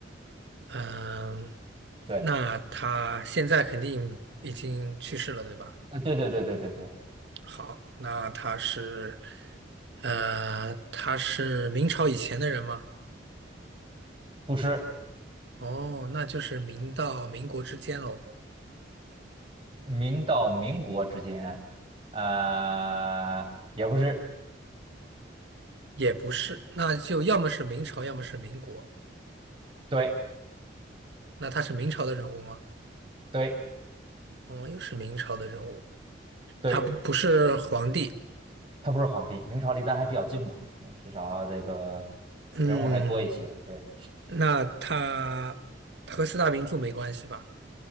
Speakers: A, on the right; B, on the right.
A: 嗯，
B: 对，
A: 那他现在肯定已经去世了，对吧？
B: 呃，对对对对对对，
A: 好，那他是，呃，他是明朝以前的人吗？
B: 不是
A: 哦，那就是明到民国之间喽，
B: 明到民国之间，呃，也不是，
A: 也不是，那就要么是明朝，要么是民国。
B: 对
A: 那他是明朝的人物吗？
B: 对
A: 哦，又是明朝的人物，
B: 对，
A: 他不不是皇帝。
B: 他不是皇帝，明朝离咱还比较近嘛，嗯，至少这个
A: 嗯，
B: 人物还多一些，对，
A: 那他他和四大名著没关系吧？